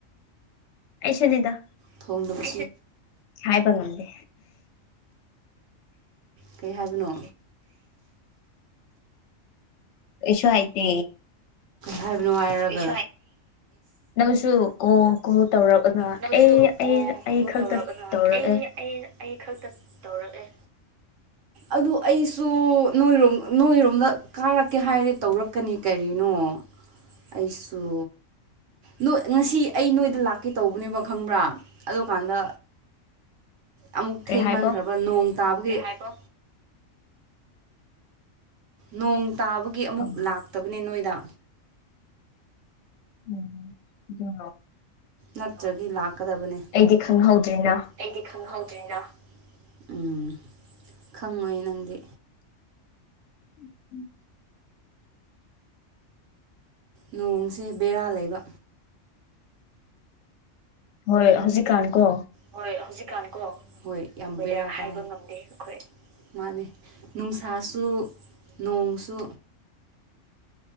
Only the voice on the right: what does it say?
ꯊꯣꯡꯗꯅꯕ
ꯀꯩ ꯍꯥꯏꯕꯅꯣ
ꯍꯥꯏꯕ ꯅꯨꯡꯉꯥꯏꯔꯒ
ꯅꯪꯁꯨ
ꯀꯣ
ꯀꯣ
ꯇꯧꯔꯛꯑꯅ
ꯑꯩ ꯑꯩ ꯑꯩ ꯈꯛꯇ ꯇꯧꯔꯛꯑꯦ ꯑꯗꯨ ꯑꯩꯁꯨ ꯅꯣꯏꯔꯣꯝ ꯅꯣꯏꯔꯣꯝꯗ ꯀꯥꯔꯛꯀꯦ ꯍꯥꯏꯔꯦ ꯇꯧꯔꯛꯀꯅꯤ ꯀꯔꯤꯅꯣ ꯑꯩꯁꯨ ꯅꯣꯏ ꯉꯁꯤ ꯑꯩ ꯅꯣꯏꯗ ꯂꯥꯛꯀꯦ ꯇꯧꯕꯅꯦꯕ ꯈꯪꯕ꯭ꯔꯥ ꯑꯗꯨꯀꯥꯟꯗ ꯑꯃꯨꯛ
ꯊꯦꯡꯃꯟꯈ꯭ꯔꯕ
ꯅꯣꯡ ꯇꯥꯕꯒꯤꯕ ꯅꯣꯡ ꯇꯥꯕꯒꯤ ꯑꯃꯨꯛ
ꯂꯥꯛꯇꯕꯅꯦ ꯅꯣꯏꯗ
ꯅꯠꯇ꯭ꯔꯗꯤ ꯂꯥꯛꯀꯗꯕꯅꯦ
ꯑꯩꯗꯤ ꯈꯪꯍꯧꯗ꯭ꯔꯦꯅ ꯎꯝ ꯈꯪꯉꯣꯏ ꯅꯪꯗꯤ
ꯅꯣꯡꯁꯦ ꯕꯦꯔꯥ ꯂꯩꯕ
ꯍꯣꯏ ꯍꯧꯖꯤꯛꯀꯥꯟ ꯀꯣ ꯍꯣꯏ ꯌꯥꯝ ꯍꯥꯏꯕ ꯉꯝꯗꯦ ꯑꯩꯈꯣꯏ ꯃꯥꯅꯦ ꯅꯨꯡꯁꯥꯁꯨ ꯅꯣꯡꯁꯨ